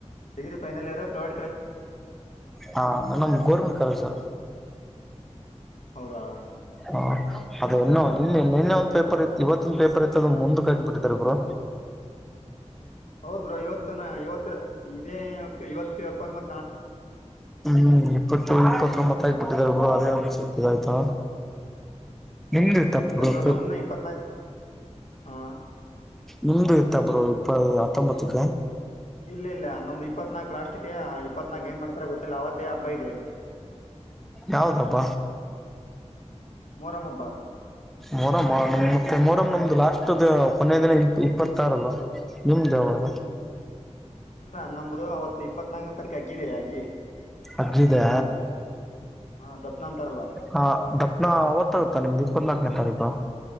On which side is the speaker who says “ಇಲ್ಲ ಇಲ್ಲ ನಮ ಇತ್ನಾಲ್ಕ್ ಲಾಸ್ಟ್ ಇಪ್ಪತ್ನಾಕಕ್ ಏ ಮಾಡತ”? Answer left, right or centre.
Left